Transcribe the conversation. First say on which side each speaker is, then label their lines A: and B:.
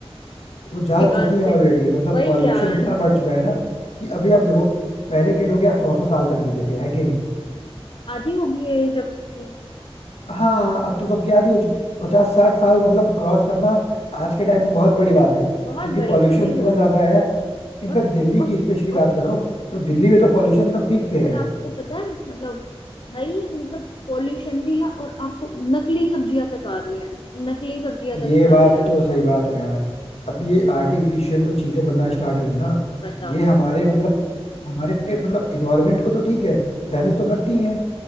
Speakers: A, on the left (about 80°); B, on the left (about 55°).
A: वो जा
B: के बाद
A: चुकी है
B: फिर
A: ऑलरेडी मतलब
B: वही
A: पॉल्यूशन
B: यार
A: इतना बढ़ चुका है ना कि अभी आप देखो पहले के लोग यार सौ सौ साल तक जीते थे है कि नहीं
B: आधी होगी ये जब की
A: हाँ अब तो सबकी आदत हो चुकी पचास साठ साल मतलब क्रॉस करना आज के टाइम पे बहुत बड़ी बात है
B: बहुत
A: क्योंकि
B: बड़ी
A: पॉल्यूशन
B: सही
A: इतना
B: बोल
A: ज्यादा
B: रहे हो
A: है इनफैक्ट
B: और
A: दिल्ली
B: और
A: की स्पेशली बात
B: और
A: करो तो दिल्ली में तो पॉल्यूशन एकदम पीक पे
B: और
A: है
B: आपको पता है मतलब भाई मतलब पॉल्यूशन भी है और आपको नकली सब्जियां तक आ रही हैं नकली सब्जियां
A: ये
B: तक खा
A: बात
B: रहे हैं लोग
A: तो सही
B: आप
A: बात है यार अब ये आर्टिफिशियल जो चीजें बनना स्टार्ट हुई है ना
B: बताओ
A: ये हमारे मतलब हमारे मतलब इन्वायरमेंट को तो ठीक है डैमेज तो करती ही है